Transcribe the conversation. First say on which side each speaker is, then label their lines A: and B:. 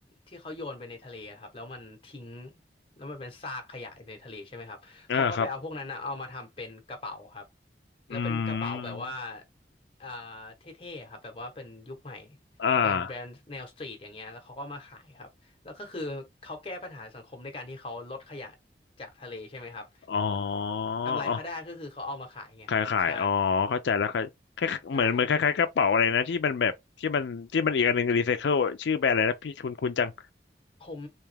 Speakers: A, on the left; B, on the left.
A: ที่เขาโยนไปในทะเลครับแล้วมันทิ้งแล้วมันเป็นซากขยะในทะเลใช่ไหมครับเขาก็ไปเอาพวกนั้นนะเอามาทำเป็นกระเป๋าครับ
B: อ่าครับ
A: แล้วเป็นกระเป๋าแบบว่า
B: อืม
A: อ่าเท่ๆครับแบบว่าเป็นยุคใหม่
B: อ่า
A: เป็นแบรนด์แนวสตรีทอย่างเงี้ยแล้วเขาก็มาขายครับแล้วก็คือเขาแก้ปัญหาสังคมด้วยการที่เขาลดขยะจากทะเลใช่ไหมครับ
B: อ๋ออ
A: กำไรเขาได้ก็คือเขาเอามาขายไงครับใช่
B: ๋อขายขายอ๋อเข้าใจแล้วคล้าย
A: ใช่ครับ
B: เหมือนเหมือนคล้ายๆกระเป๋าอะไรนะที่มันแบบที่มันที่มันอีกอันหนึ่งรีไซเคิลชื่อแบรนด์อะไรนะพี่คุณคุณจัง
A: ผม